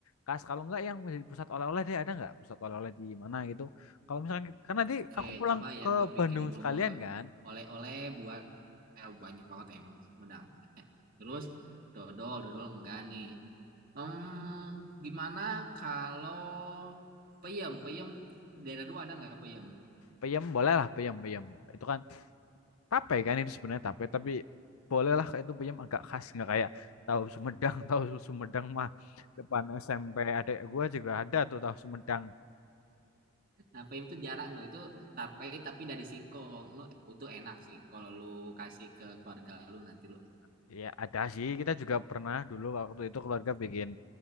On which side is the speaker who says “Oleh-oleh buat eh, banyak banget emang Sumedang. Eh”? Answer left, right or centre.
Right